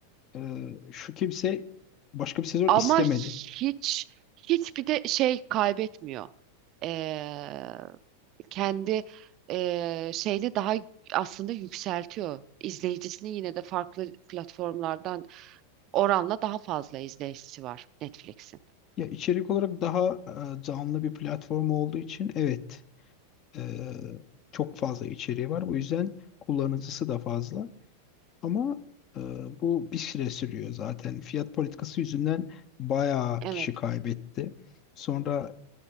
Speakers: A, on the left; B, on the right.
A: e, şu kimse başka bir sezon
B: ama
A: istemedi.
B: hiç hiçbir de şey kaybetmiyor Ee, kendi eee, şeyini daha aslında yükseltiyor. İzleyicisini yine de farklı platformlardan oranla daha fazla izleyicisi var Netflix'in.
A: Ya içerik olarak daha e, canlı bir platform olduğu için evet e, çok fazla içeriği var. Bu yüzden kullanıcısı da fazla. Ama e, bu bir süre sürüyor zaten. Fiyat politikası yüzünden bayağı
B: Evet,
A: kişi kaybetti. Sonra